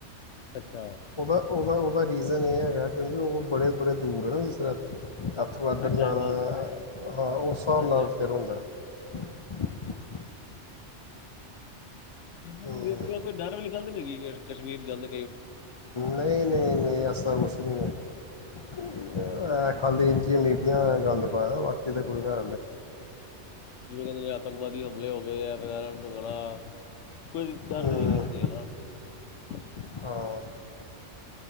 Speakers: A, on the left (about 90°); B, on the left (about 50°).
A: ਅੱਛਾ
B: ਉਹਦਾ ਉਹਦਾ ਉਹਦਾ ਰੀਜ਼ਨ ਇਹ ਏ। ਕਿਉਂਕਿ ਉਹ ਬੜੇ ਬੜੇ ਦੂਰ ਹੈ ਨਾ ਇਸ ਤਰ ਤੇ ਇੱਥੋਂ ਅਧਧਰ ਜਾਣਾ
A: ਹਾਂਜੀ
B: ਹਾਂ ਉਸ ਹਿਸਾਬ
A: ਹਾਂਜੀ
B: ਨਾਲ
A: ਹਾਂਜੀ
B: ਫਿਰ ਹੁੰਦਾ। <inaudible>
A: ਹੂ
B: ਹਮ,
A: ਕੋਈ ਗੱਲ ਕਸ਼ਮੀਰ ਗੱਲ
B: ਨਹੀਂ ਨਹੀਂ ਨਹੀਂ ਅਸਾਂ ਮੁਸ਼ਕਿਲ <unintelligible> <unintelligible> ਖਾਲੀ ਇੰਝੀਆਂ ਮੀਬੀਆਂ ਗੰਦ ਪਾਇਆ ਦਾ ਬਾਕੀ ਤਾਂ ਕੁੜੀ ਤਾਂ
A: ਜਿਵੇਂ ਕਿਹਦੇ ਆਤੰਕਵਾਦੀ ਹਮਲੇ ਹੋ ਗਏ ਆ ਫਿਰਣਾ ਕੋਈ ਡਰ
B: ਹਮ,
A: ਨੀ ਕਿਸੀ ਚ
B: ਹਾਂ